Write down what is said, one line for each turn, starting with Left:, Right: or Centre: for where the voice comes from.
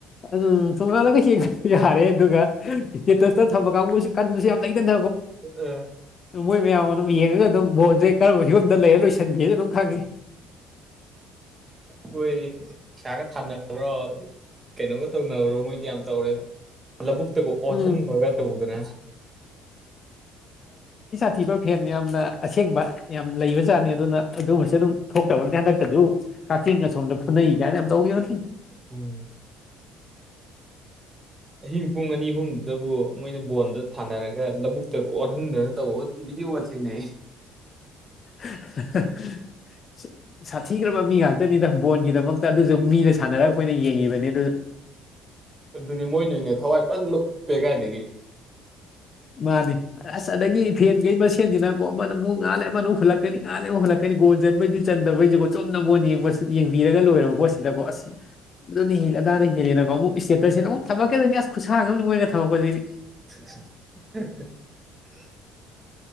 Left: ꯑꯗꯨꯝ ꯇꯣꯉꯥꯜꯂꯒ ꯍꯡꯕꯁꯨ ꯌꯥꯔꯦ ꯑꯗꯨꯒ ꯏꯁꯇꯦꯇꯁꯇ ꯊꯕ ꯀꯥꯡꯕꯨꯁꯨ ꯀ ꯁꯤꯁꯤꯞ ꯂꯏꯦꯟ
Right: ꯑ
Left: ꯃꯣꯏ ꯃꯌꯥꯝ ꯑꯗꯨꯝ ꯌꯦꯡꯉꯒ ꯑꯗꯨꯝ ꯕꯣꯟꯁꯦ ꯀꯔꯝꯕ ꯐꯤꯕꯝꯗ ꯂꯩꯔ ꯂꯣꯏꯁꯤꯟꯒꯦ ꯑꯗꯨꯝ ꯈꯪꯉꯤ
Right: ꯑꯩꯣꯏ ꯏꯁꯩꯁꯥꯒ ꯊꯥꯅꯕ꯭ꯔꯣ ꯀꯩꯅꯣꯒ ꯇꯧꯅꯕ꯭ꯔꯣ ꯃꯣꯏꯗꯤ ꯌꯥꯝ ꯇꯧꯔꯦꯗ ꯂꯧꯕꯨꯛꯇꯒ ꯑꯣꯟꯍꯟꯕꯒ
Left: ꯎꯝ
Right: ꯇꯧꯗꯅ
Left: ꯏꯁꯤꯕꯔ ꯐꯦꯟ ꯌꯥꯝꯅ ꯑꯁꯦꯡꯕ ꯌꯥꯝ ꯂꯩꯕꯖꯥꯠꯅꯤ ꯑꯗꯨꯅ ꯑꯗꯨꯒꯝꯕꯁꯨ ꯑꯗꯨꯝ ꯊꯣꯛꯇꯕꯅꯤꯠꯇ ꯍꯟꯗꯛꯇꯁꯨ ꯀꯛꯆꯤꯡ ꯑꯁꯣꯝꯗ ꯐꯨꯅꯩ ꯀꯥꯏꯅ ꯌꯥꯝ ꯇꯧꯈꯤꯕꯅꯤ
Right: ꯎꯝ ꯑꯍꯤꯡ ꯄꯨꯡ ꯑꯅꯤ ꯑꯍꯨꯝꯗꯨꯗꯕꯨ ꯃꯣꯏꯅ ꯕꯣꯣꯟꯗ ꯊꯥꯅꯔꯒ ꯂꯧꯕꯨꯛꯇ ꯑꯣ ꯍꯟꯗ ꯇ ꯋꯥꯕ ꯊ ꯅ
Left: <unintelligible> ꯁꯥꯊꯤꯈ꯭ꯔꯕ ꯃꯤ ꯉꯥꯛꯇꯅꯤ ꯅꯪ ꯕꯣꯟꯒꯤꯗꯃꯛꯇ ꯑꯗꯨꯁꯨ ꯃꯤꯅ ꯁꯥꯟꯅꯔꯒ ꯑꯩꯈꯣꯏꯅ ꯌꯦꯡꯉꯤꯕꯅꯤ ꯑꯗꯨ
Right: ꯑꯗꯨꯅꯦ ꯃꯣꯏ ꯅꯣꯏꯅꯦ ꯊꯋꯥꯏ ꯐ ꯂꯨꯞꯄꯦ ꯀꯥꯏꯗꯒꯤ
Left: ꯃꯥꯅꯦ ꯑꯁ ꯑꯗꯒꯤ ꯐꯦꯟꯈꯩ ꯃꯁꯦꯟꯁꯤꯅꯀꯣ ꯑꯃꯅ ꯑꯃꯨꯛ ꯉꯥꯜꯂꯦ ꯑꯃꯨꯛ ꯍꯨꯜꯂꯛꯀꯅꯤ ꯉꯥꯂꯦ ꯑꯃꯨ ꯍꯨꯜꯂꯛꯀꯅꯤ ꯒꯣꯟ ꯆꯟꯕꯩꯗꯨ ꯆꯟꯗꯕꯩꯀꯣ ꯆꯨꯝꯅ ꯃ ꯌꯦꯡꯕꯤꯔꯒ ꯂꯣꯏꯔꯕ ꯄꯣꯠꯁꯤꯗꯀꯣ ꯑꯁ ꯑꯗꯨꯅ ꯍ ꯑꯗꯥ ꯍꯦꯜꯂꯦꯀꯣ ꯑꯃꯨꯛ ꯏꯁꯇꯦꯇꯁꯁꯤꯅ ꯑꯃꯨꯛ ꯊꯛꯀꯗꯅꯤ ꯑꯁ ꯈꯨꯁꯒ ꯑꯃꯗꯤꯝ ꯃꯣꯏꯔ ꯊꯛꯄꯁꯤꯗꯤ
Right: <unintelligible>